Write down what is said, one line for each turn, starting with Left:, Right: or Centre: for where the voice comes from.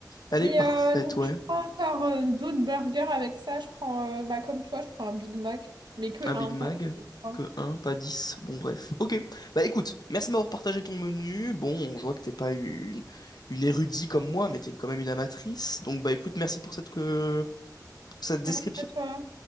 Left: Elle
Right: Et
Left: est parfaite,
Right: euh, donc,
Left: ouais.
Right: je prends encore euh, d'autres burgers avec ça. Je prends, euh, bah, comme toi, je prends un Big Mac, mais que
Left: Un Big
Right: un
Left: Mac,
Right: par fois.
Left: que un, pas 10. Bon, bref. Ok. Bah écoute, merci de m'avoir partagé ton menu. Bon, je vois que t'es pas une, une érudite comme moi, mais t'es quand même une amatrice. Donc bah écoute, merci pour cette, que- cette description.
Right: Merci à toi.